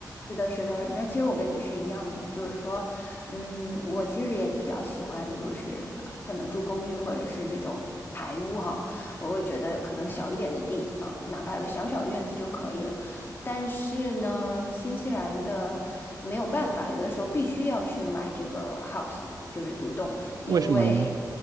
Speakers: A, on the left; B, on the right.
A: 是的，是的，然后其实我跟你是一样的，就是说，嗯，我其实也比较喜欢，就是可能住公寓或者是这种排屋哈，我会觉得可能小一点的地啊，哪怕有个小小院子就可以了。但是呢，新西兰的没有办法，有的时候必须要去买这个 house，就是独栋，因为。
B: 为什么呢？